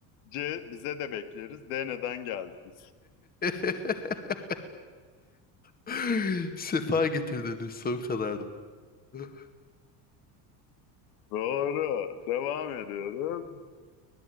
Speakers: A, on the left; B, on the left.
A: C. Bize de bekleriz. D. Neden geldiniz?
B: <laughs> <laughs> Sefa getirdiniz son kadardı. <laughs>
A: Doğru. Devam ediyoruz.